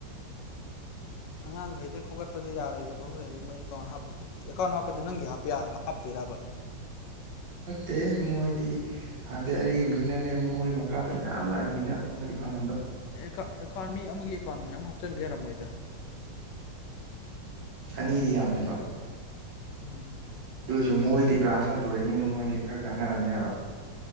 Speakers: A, on the left; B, on the right.
A: ꯑꯪꯥꯡꯪ ꯍꯥꯏꯗ ꯈꯣꯡ ꯍꯥꯞꯄꯗ ꯌꯥꯔꯣꯏꯗꯕ ꯑꯃ ꯂꯩꯔ ꯃꯣꯏ ꯑꯦꯀꯥꯎꯟ ꯍꯥꯞꯄ ꯈꯣꯠꯄ ꯑꯦꯀꯥꯎꯟ ꯍꯥꯞꯄꯗ ꯅꯪꯒꯤ ꯍꯥꯞꯄ ꯍꯥꯞꯇꯣꯏꯔꯕ
B: ꯗꯦ ꯃꯣꯏꯗꯤ ꯍꯥꯟꯗꯤ ꯑꯔꯤꯕꯅꯤꯅꯅꯦ ꯃꯣꯏ ꯃꯈꯥꯗ ꯃꯌꯥꯝ ꯂꯥꯛꯏꯅꯤꯅ ꯃꯣꯏꯗꯤ ꯐꯪ
A: ꯑꯦꯀꯥꯎꯟ ꯃꯤ ꯑꯃꯒꯤ ꯑꯦꯀꯥꯎꯟ ꯃꯌꯥꯝ ꯍꯥꯞꯆꯤꯟꯕ ꯌꯥꯔꯝꯃꯣꯏꯗ
B: ꯑꯅꯤꯗꯤ ꯌꯥꯝꯅꯦꯕ
A: ꯎꯝ
B: ꯑꯗꯨ ꯃꯣꯏꯗꯤ ꯕ꯭ꯔꯥꯟꯁ ꯁꯟꯇꯣꯔꯛꯏꯅꯤꯅ ꯃꯣꯏꯗꯤ ꯈꯔ ꯀꯟꯅꯔꯝꯅꯦꯕ